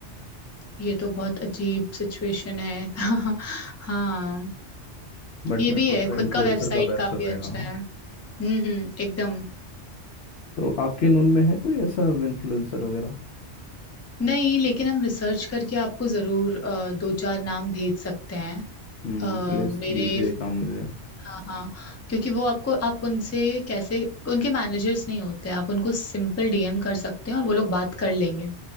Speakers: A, on the left; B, on the left.
A: ये तो बहुत अजीब सिचुएशन है <laughs> हाँ
B: बट
A: ये
B: मैं
A: भी
B: सोच
A: है
B: रहा हूँ
A: खुद
B: इन्फ्लुएंसर
A: का वेबसाइट
B: का बेस्ट
A: काफी
B: रहेगा
A: अच्छा
B: हाँ
A: है हम्म हम्म एकदम
B: तो आपके नून में है कोई ऐसा इन्फ्लुएंसर वगैरह
A: नहीं लेकिन हम रिसर्च करके आपको जरूर अ, दो चार नाम भेज सकते हैं
B: हम्म
A: अ,
B: प्लीज
A: मेरे
B: दीजिएगा मुझे
A: हाँ हाँ क्योंकि वो आपको आप उनसे कैसे उनके मैनेजर्स नहीं होते आप उनको सिंपल डीएम कर सकते हैं और वो लोग बात कर लेंगे